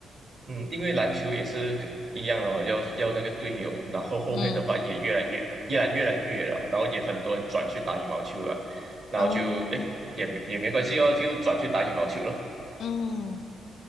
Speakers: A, on the right; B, on the left.
A: 嗯，因为篮球也是跟一样哦，要要那个队友，然后后面的话也越来越越来越来越了，
B: 嗯
A: 然后也很多人转去打羽毛球了，然后就哎也没也没关系哦，
B: 嗯
A: 就转去打羽毛球了。
B: 嗯。